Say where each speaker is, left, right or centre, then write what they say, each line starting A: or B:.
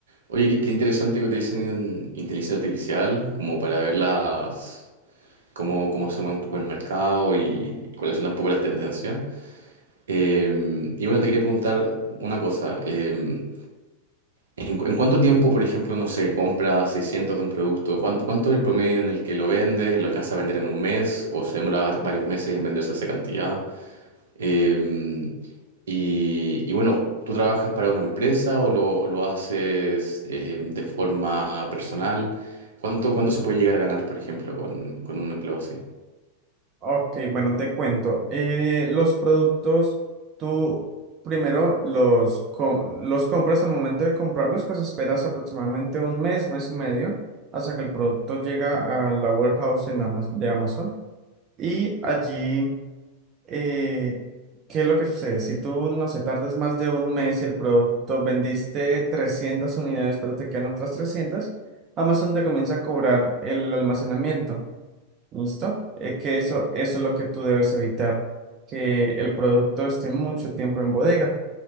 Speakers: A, on the right; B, on the right.
A: Oye, qué, qué interesante que utilicen inteligencia artificial como para ver las, cómo, cómo se mueve un poco el mercado y, y cuáles son un poco las tendencias. Eh, y bueno, te quería preguntar una cosa. eh, ¿En, cu- en cuánto tiempo, por ejemplo, uno se compra 600 de un producto? ¿Cuán- ¿Cuánto, es el promedio en el que lo vendes? ¿Lo alcanza a vender en un mes? ¿O se demora var- varios meses en venderse esa cantidad? Eh, y, y bueno, ¿tú trabajas para una empresa o lo, lo haces eh, de forma personal? ¿Cuánto, cuánto se puede llegar a ganar, por ejemplo, con, con un empleo así?
B: Ok, bueno, te cuento. Eh, los productos, tú primero los, co- los compras, al momento de comprarlos, pues esperas aproximadamente un mes, mes y medio, hasta que el producto llega a la warehouse en Amaz- de Amazon. Y allí... eh, ¿qué es lo que sucede? Si tú, no sé, tardas más de un mes y el producto vendiste 300 unidades, pero te quedan otras trescientas Amazon te comienza a cobrar el almacenamiento, ¿listo? Eh, que eso, eso es lo que tú debes evitar, que el producto esté mucho tiempo en bodega.